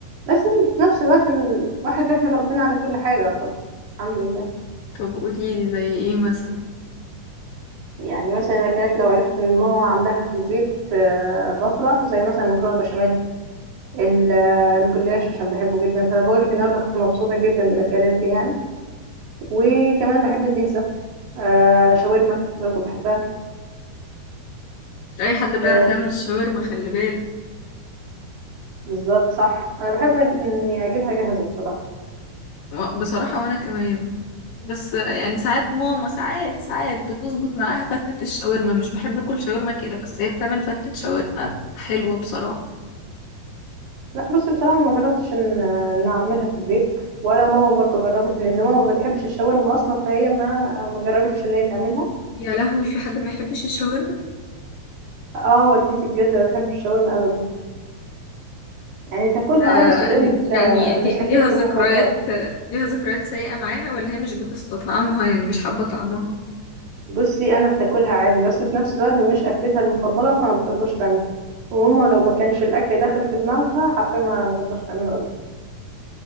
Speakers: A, on the right; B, on the left.
A: بس في نفس الوقت الواحد بيحمد ربنا على كل حاجه طب الحمد لله
B: طب قوليلي زي ايه مثلا؟
A: يعني مثلا الاكلات لو عرفت ان ماما عاملاها في البيت آه، بفرح زي مثلا المكرونه بشاميل ال- آه، الجلاش عشان بحبه جدا فانا بقول لك النهارده كنت مبسوطه جدا بالاكلات دي يعني وكمان بحب البيتزا آه، شاورما برضو بحبها
B: أي حد
A: آه،
B: بيعرف يعمل الشاورما خلي بالك
A: بالظبط صح انا بحب أج- اني اجيبها جاهزه بصراحه
B: و- بصراحة وانا كمان بس يعني ساعات ماما ساعات ساعات بتظبط معاها فتة الشاورما مش بحب اكل شاورما كده بس هي بتعمل فتة شاورما حلوة بصراحة
A: لا بصي بصراحه انا ما جربتش ان ان اعملها في البيت ولا ماما برضو جربت ان دي ماما ما بتحبش الشاورما اصلا فهي ما ما جربتش ان هي تعملها
B: يا لهوي في حد ما يحبش الشاورما
A: اه والدتي بجد ما بتحبش الشاورما ابدا يعني تاكلها
B: آه،
A: اه بس تقولك
B: ال-
A: لا
B: يعني لي-
A: مش
B: ليها
A: اكلتي
B: ذكريات
A: المفضله
B: آه، ليها ذكريات سيئة معاها ولا هي مش بتستطعمها يعني مش حابة طعمها
A: بصي انا بتاكلها عادي بس في نفس الوقت مش اكلتها المفضله فما بترضاش تعملها وماما لو ما كانش الاكل داخل في دماغها حرفيا ما ترضاش تعمله ابدا